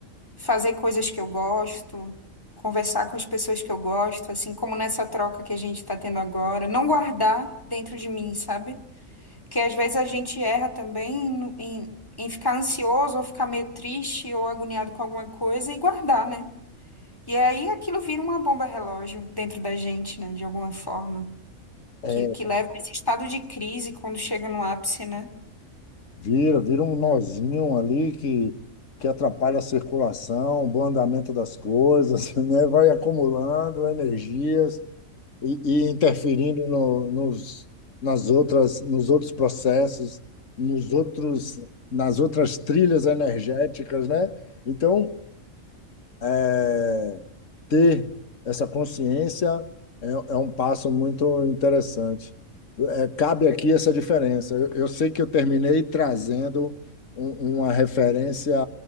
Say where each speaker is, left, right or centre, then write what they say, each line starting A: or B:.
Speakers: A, on the left; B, on the left.
A: fazer coisas que eu gosto, conversar com as pessoas que eu gosto, assim como nessa troca que a gente está tendo agora, não guardar dentro de mim, sabe? Porque às vezes a gente erra também em, em em ficar ansioso ou ficar meio triste ou agoniado com alguma coisa e guardar, né? E aí aquilo vira uma bomba relógio dentro da gente, né? De alguma forma.
B: É,
A: Que, que leva a esse estado de crise quando chega no ápice, né?
B: Vira, vira um nozinho ali que, que atrapalha a circulação, o bom andamento das coisas, <laughs> né? Vai acumulando energias e, e interferindo no- nos, nas outras, nos outros processos, nos outros, nas outras trilhas energéticas, né? Então, é, ter essa consciência é, é um passo muito interessante. É, cabe aqui essa diferença. Eu, eu sei que eu terminei trazendo um- uma referência